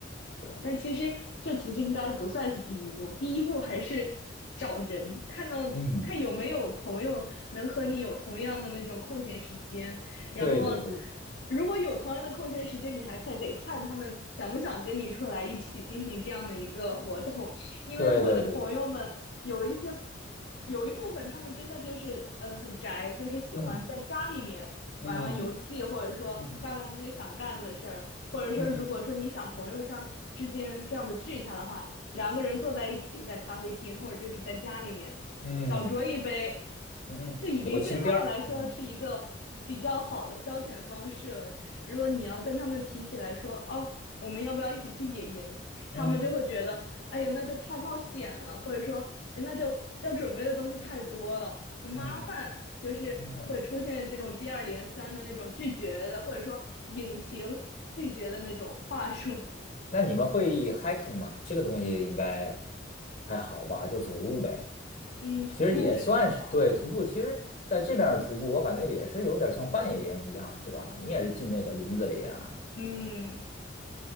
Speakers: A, on the left; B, on the left.
A: 对吧？
B: 但其实这其实应该不算是第一步，第一步还是找人，看到看有没有朋友能和你有同样的那种空闲时间，
A: 嗯，
B: 然后
A: 对对对
B: 如果有同样的空闲时间，你还看得看他们想不想跟你出来一起进行这样的一个活动，因为我的朋友们有一些
A: 对对对对，
B: 有一部分他们真的就是呃很宅，就是喜欢在家里面玩玩游戏，
A: 嗯嗯嗯
B: 或者说干干自己想干的事儿。
A: 嗯。嗯
B: 或者说，
A: 嗯
B: 如果说你想朋友相之间这样子聚一下的话，两个人坐在一起，在咖啡厅或者就是在家里面小酌一杯，
A: 嗯嗯嗯嗯，
B: 就已经对他们来说是一个比较好的消遣方式了。
A: 有情调儿，嗯
B: 如果你要跟他们提起来说，哦，我们要不要一起去野营？他们就会觉得，
A: 嗯
B: 哎呀，那就太冒险了，或者说那就要准备的东西太多了，很麻烦，
A: 嗯
B: 就是会出现这种接二连三的那种拒绝的，
A: 嗯。
B: 或者说隐形拒绝的那种话术。
A: 那你们会 hiking 吗？这个东西应该还好吧，就走路呗。
B: 嗯，徒步这种的吗？
A: 其实也算是对徒步。其实在这边儿的徒步，我感觉也是有点像半野营一样，对吧？你也是进那个林子里啊，
B: 嗯，